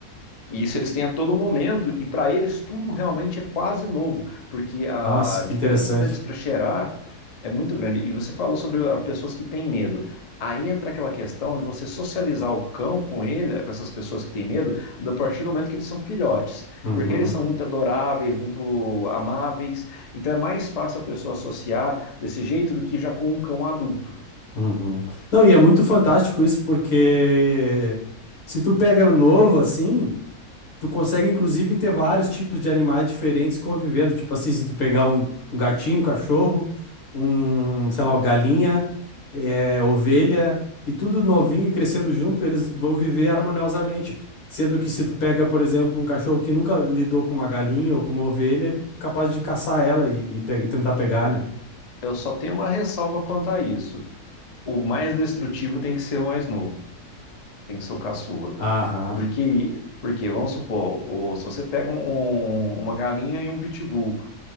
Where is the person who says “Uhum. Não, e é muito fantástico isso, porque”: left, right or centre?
Left